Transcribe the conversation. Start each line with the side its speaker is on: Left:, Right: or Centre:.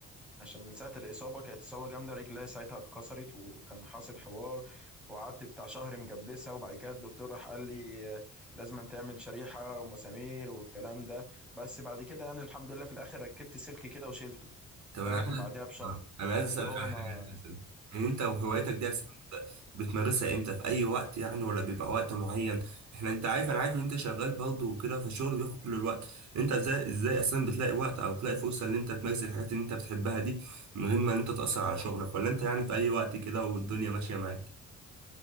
Centre: عشان من ساعة الإصابة كانت إصابة جامدة رجلي ساعتها اتكسرت وكان حاصل حوار وقعدت بتاع شهر مجبسة وبعد كده الدكتور راح قال لي آه، لازم تعمل شريحة ومسامير والكلام ده بس بعد كده يعني الحمد لله في الآخر ركبت سلك كده وشيلته
Right: طب
Centre: فاهم
Right: انا عايز
Centre: بعدها
Right: آه.
Centre: بشهر
Right: انا عايز اسالك
Centre: اللي هو
Right: على حاجه
Centre: ما
Right: اساسا يعني انت وهوايتك دي اساسا بت- بتمارسها امتى في اي وقت يعني ولا بيبقى وقت معين احنا انت عارف انا عارف ان انت شغال برضه وكده فالشغل بياخد كل الوقت انت ازاي ازاي اساسا بتلاقي وقت او بتلاقي فرصه ان انت تمارس الحاجات اللي انت بتحبها دي من غير ما انت تاثر على شغلك ولا انت يعني في اي وقت كده والدنيا ماشيه معاك